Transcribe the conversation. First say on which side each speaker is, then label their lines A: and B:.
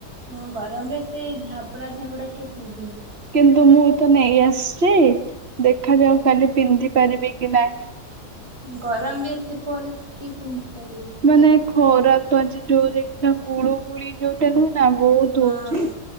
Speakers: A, on the right; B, on the right.
A: ହଁ ଗରମରେ ଏତେ ଝାବଡା ଝାବଡା କିଏ ପିନ୍ଧିବ?
B: କିନ୍ତୁ ମୁଁ ତ ନେଇ ଆସିଛି ଦେଖାଯାଉ କାଲି ପିନ୍ଧି ପାରିବି କି ନାହିଁ।
A: ଗରମ ବି ଏତେ ପଡିଛି କି ପିନ୍ଧି ପାରିବ?
B: ମାନେ ଖରା ତ ଆଜି ଯୋଉ ଦେଖ ଗୁଳୁ ଗୁଳି ଯୋଉଟା ନୁହେଁ ନା ବହୁତ
A: ହଁ
B: ହଉଛି।